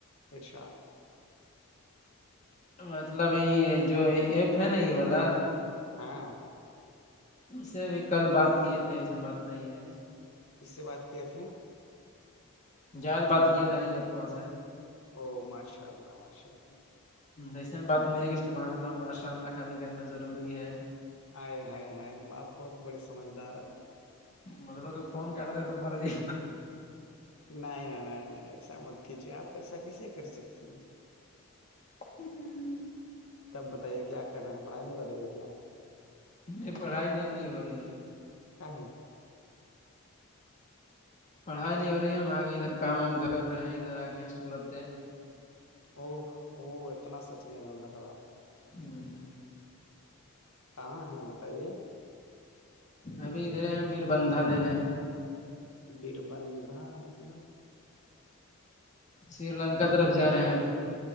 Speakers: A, on the left; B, on the left.
A: ارشاد
B: مطلب یہ جو ایپ ہے نا یہ والا
A: ہاں
B: اسے بھی کل بات کیے تھے ایسن بات نہیں ہے
A: کیا سے بات کیے تھے
B: جائد بات کیا تھا یہ آپ کواس سے
A: او ماشاء اللہ ماشاء اللہ
B: جیسا بات نہیں ہے کہ صبحان اللہ ماشاء اللہ خالی کرنا ضروری ہے
A: ہائے ہائے ہائے آپ بہت بڑی سمجھدار آدمی ہو
B: مطلب کہ فون کر د تو مارا یہ
A: نہیں نہیں نہیں نہیں ایسا مت کھیچیے آپ ایسا کیسے کر سکتے ہیں
B: <unintelligible>
A: تب بتائیے کیا کر رہے ہیں پڑھائی نہیں ہو رہی ہے کیا
B: نہیں پڑھائی نہیں نہیں ہو رہی ہے
A: کھے
B: پڑھائی نہیں ہو رہی ہے ہم آگے ادھر کام وم کر رہے ہیں ادھر آگئے ہیں سورج دین
A: او ہوو اتنا سچ نہیں بولنا تھا بھائی
B: <unintelligible>
A: کہاں ہے بتائیے
B: ابھی ادھرے بھییر بندھا دینے ہیں
A: بییربندا مطلب
B: سری لنکا طرف جا رہے ہیں اب